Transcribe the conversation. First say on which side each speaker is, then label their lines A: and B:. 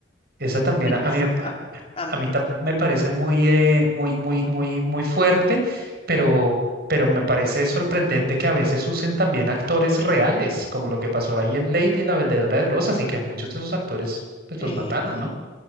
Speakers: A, on the right; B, on the left.
A: Esa también
B: <laughs>
A: a, a
B: Sí,
A: mí, me pa-
B: tam- tam-
A: a mí tam- me parece muy, eh, muy, muy, muy, muy fuerte, pero, pero me parece sorprendente que a veces usen también actores reales, como lo que pasó ahí en Lady, la vendedora de rosas, y que muchos de esos actores pues
B: eh,
A: los mataron, ¿no?